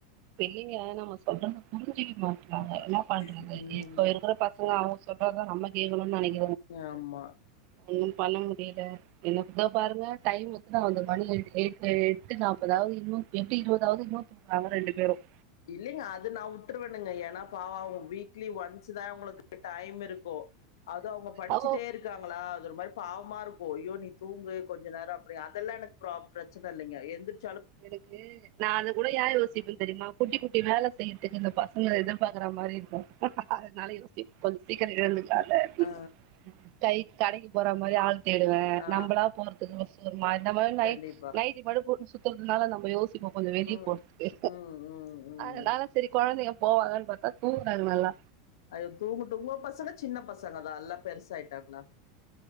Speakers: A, on the right; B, on the left.
A: பெ ள்ளிங்க நம சொல்றத புரிஞ்சிகி மாட்றாங்க
B: ஆ
A: என்னா பண்றுது
B: ம்
A: இப்போ இருக்குற பசங்க அவுங் சொல்றதா நம்ம கேக்குனுன் நனைக்
B: யாமா
A: ஒன்னும் பன்ன மு டில எனக் தோ பாருங்க டைமுக்கு நா அந்த மணி எழுதி எயிட்வே எட்டு நாப்பதாவ்து இன்னு எட்டு இருவதாவ்து இன்னு நாங்க ரெண்டு பெரும்
B: இல்லிங்க அது நா வுட்ருவேணுங்க ஏன்னா பாவோ அவுங்க வீக் க்லி ஒன்ஸ்தா அவுங்ளுக்கு டைம் இருக்கூ அது அவுங்க படிச்சுட்டே
A: அவ
B: இருக்காங்களா அது ஒரு மாரி பாவமா இருக் போ அய்யோ நீ தூங்கு கொஞ்ச நேர அப்டி அதெல்லா எனக் ப்ரா பிரச்சன இல்லிங்க எந்திரிச்
A: எனக்கு நா அது கூட யா யோசிப்ப தெரியுமா குட்டி குட் டி மேல செய்யத்துக்கு இந்த பசங்கள எதுர் பார் ங்ர மாரி இருக்கு அதனால யோசிப் கொஞ் சீக்கர ஏழ்ந்துகு கத அப்டின்னு
B: ஆ,
A: டை கடக்கி போற மாரி ஆல் தேடுவே
B: ஆ,
A: நம்பலா போறதுக்கு வஸ் நா இந்த மாரி நைட்
B: கண்டிப்பா.
A: நைட்டி மட்டு போட்னு சுத் போர்துனால நம்ப யோசிப்போ கொஞ்ச வெளியே
B: ம்,
A: போற்துக்கு
B: ம், ம், ம்.
A: அதனால செரி கொழ தைங்க போவாங்கன்னு பாத்தா தூங்குறாங்க நல்லா
B: அது தூங்கட்டு உங்க பசங்க சின்ன பசங்கதா இல்ல பெருசாயிட்டாங்ளா